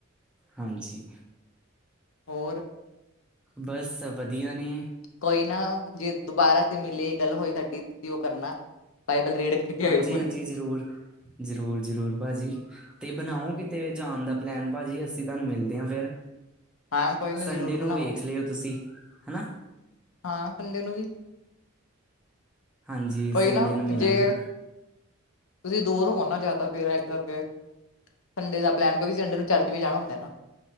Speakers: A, in the centre; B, on the left.
A: ਹਾਂਜੀ।
B: ਹੋਰ।
A: ਬੱਸ, ਵਦੀਆ ਨੇ।
B: ਕੋਈ ਨਾ, ਜੇ ਦੁਬਾਰਾ ਅਸੀਂ ਮਿਲੇ, ਗੱਲ ਹੋਈ ਸਾਡੀ, ਤੁਸੀਂ ਉਹ ਕਰਨਾ। ਬਾਈਬਲ ਰੀਡ ਕਰਕੇ
A: ਹਾਂਜੀ
B: ਆਏ ਹੋ ਪੂਰੀ।
A: ਹਾਂਜੀ ਜ਼ਰੂਰ ਜ਼ਰੂਰ, ਜ਼ਰੂਰ ਭਾਜੀ। ਤੇ ਬਨਾਓ ਕਿਤੇ ਜਾਨ ਦਾ ਪਲੈਨ ਭਾਜੀ, ਅਸੀਂ ਤਾਨੂੰ ਮਿਲਦੇ ਆਂ ਫਿਰ।
B: ਹਾਂ ਕੋਈ ਨਾ
A: ਸੰਡੇ
B: ਜ਼ਰੂਰ
A: ਨੂੰ
B: ਬਣਾਵਾਂਗੇ
A: ਵੇਖ ਲੇਓ ਤੁਸੀਂ, ਹਨਾ।
B: ਹਾਂ, ਸੰਡੇ ਨੂੰ ਵੀ
A: ਹਾਂਜੀ
B: ਕੋਈ
A: ਸੰਡੇ
B: ਨਾ,
A: ਨੂੰ ਮਿਲਾਂਗੇ
B: ਜੇ ਤੁਸੀਂ ਦੂਰ ਹੋ ਨਾ ਜ਼ਿਆਦਾ ਫਿਰ ਇਸ ਕਰਕੇ। ਸੰਡੇ ਦਾ ਪਲੈਨ, ਕਿਉਕਿ ਸੰਡੇ ਨੂੰ ਚਰਚ ਵੀ ਜਾਣਾ ਹੁੰਦਾ ਹੈ ਨਾ।